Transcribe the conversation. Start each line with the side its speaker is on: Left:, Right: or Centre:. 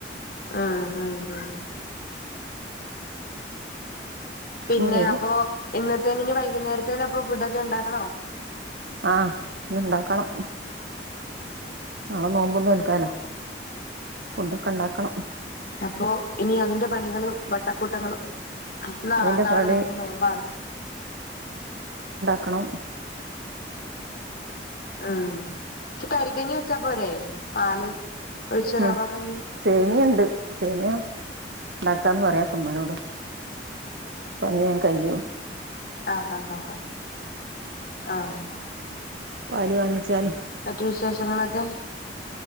Left: ആഹ ആഹ് ആഹ് പിന്നെ
Right: ഇനി വരും
Left: അപ്പൊ ഇന്ന <unintelligible> വൈകുന്നേരേന് അപ്പൊ ഫുഡ് ഒക്കെ ഉണ്ടാക്കണോ
Right: ആഹ് ഇന്ന് ഇണ്ടാക്കണം നാളെ നോബും നോൽക്കാലോ ഫുണ്ടൊക്കെ ഇണ്ടാക്കണം
Left: അപ്പൊ ഇനി അതിന്റെ പണികള് വട്ടക്കൂട്ടങ്ങളും ന
Right: അതിന്റെ
Left: നാളെ
Right: പണി
Left: നമുക്ക് നോമ്പാണ്
Right: ക്കണം
Left: ഉം പക്ഷെ തരിക്കഞ്ഞി വെച്ചാ പോരേ പാല് ഒഴിച്ച്
Right: ഉം
Left: റവ
Right: സേമി
Left: കഞ്ഞി
Right: സേമിയുണ്ട് സേമിയം ഉണ്ടാക്കാന്ന് പറയാപ്പം ഉമ്മാനോട് പണി വേഗം കയ്യും
Left: ആഹ് ആഹ് ആഹ് ആഹ്
Right: പാല് വാങ്ങിച്ചാല്
Left: മറ്റു വിശേഷങ്ങളൊക്കെ